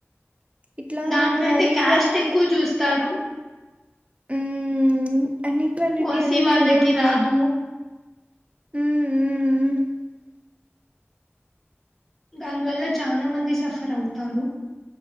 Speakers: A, on the right (about 30°); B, in the centre.
A: ఇట్లా
B: దాంట్లో అయితే
A: అన్ఈక్వాలిటీ
B: క్యాస్ట్ ఎక్కువ చూస్తారు.
A: ఉమ్ అనిక్వాలిటీ
B: ఓసీ
A: అనేది
B: వాళ్ళకి
A: ఉండదు వీ
B: రాదు
A: ఉమ్ ఉమ్ ఊ
B: దాని వల్ల చానా మంది సఫర్ అవుతారు.